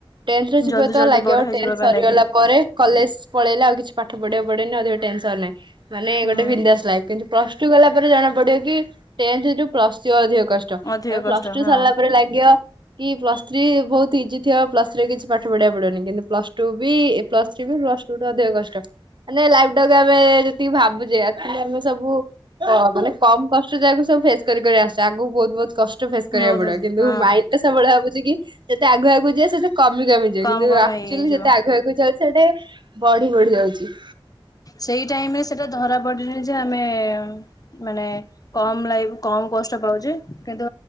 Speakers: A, on the right; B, on the left.
A: ଟେନ୍ଥରେ ଥିବ
B: ଜଲ୍ଦି
A: ଯେତେବେଳେ
B: ଜଲ୍ଦି
A: ଲାଗିବ
B: ବଡ ହେଇଯିବା
A: ଟେନ୍ଥ
B: ପାଇଁ
A: ସରିଗଲା
B: ଲାଗି
A: ପରେ କଲେଜ ପଳେଇଲେ ଆଉ କିଛି ପାଠ ପାଠ ପଢ଼ିବା କୁ ପଡିବନି ଅଧିକ ଟେନସନ୍ ରେ। ମାନେ
B: ହୁଁ
A: ଗୋଟେ ବିନ୍ଦାସ ଲାଇଫ କିନ୍ତୁ ପ୍ଲସ ଟୁ ଗଲାପରେ ଜଣା ପଡିବ କି ଟେନ୍ଥ ରେ ଯୋଉ ପ୍ଲସ ଯିବା ଅଧିକ କଷ୍ଟ।
B: ଅଧିକ
A: ତା ପରେ
B: କଷ୍ଟ
A: ପ୍ଲସ ଟୁ
B: ହଁ
A: ସରିଲା ପରେ ଲାଗିବ। କି ପ୍ଲସ ଥ୍ରୀ ବହୁତ ଇଜି ଥିବ ପ୍ଲସ୍ ଥ୍ରୀରେ କିଛି ପାଠ ପଢିବାକୁ ପଡିବନି କିନ୍ତୁ ପ୍ଲସ ଟୁ ବି ପ୍ଲସ ଥ୍ରୀ ବି ପ୍ଲସ୍ ଟୁ ଠୁ ଅଧିକ କଷ୍ଟ ମାନେ ଲାଇଫ ଟା ଆମେ ଯେତିକି ଭାବୁଛେ ହେଲେ ଆମେ ସବୁ କ ମାନେ। କମ କଷ୍ଟ ଯାହାକୁ ସବୁ ଫେସ କରି କରି ଆସିଛେ ଆଗକୁ ବହୁତ ବହୁତ କଷ୍ଟ। ଫେସ୍ କରିବାକୁ
B: ବହୁତ
A: ପଡିବ କିନ୍ତୁ
B: ହଁ
A: ମାଇଣ୍ଡରେ ସବୁବେଳେ କି ଯେତେ ଆଗୁ ଆଗକୁ ଜିବା ସେତେ କମି କମିଯିବ
B: କମ
A: କିନ୍ତୁ
B: କମ
A: ଆକ୍ଚୁଲି
B: ହେଇଯିବ
A: ଯେତେ ଆଗକୁ ଆଗକୁ ଯାଉଛେ ସିଏ ଟିକେ ବଢି ବଢି ଯାଉଛି।
B: ସେଇ ଟାଇମ ରେ ସେଟା ଧରା ପଡ଼ିଲେନି ଯେ ଆମେ ମାନେ କମ ଲାଇଫ କମ କଷ୍ଟ ପାଉଛେ କିନ୍ତୁ